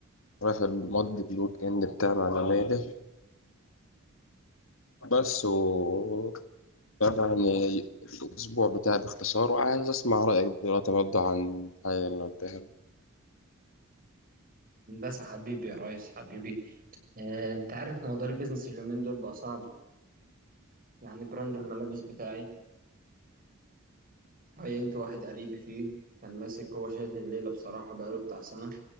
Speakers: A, on the left; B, on the right.
A: رايح المضي الويك اند بتاعي مع زمايلي بس و يعني الاسبوع بتاعي باختصار وعايز اسمع رايك دلوقتي برضه عن الحاجه اللي قلتها
B: بس حبيبي يا ريس حبيبي آه، انت عارف موضوع البيزنس اليومين دول بقى صعب يعني براند الملابس بتاعي عينت واحد قريبي فيه كان ماسك هو شايل الليلة بصراحة بقاله بتاع سنة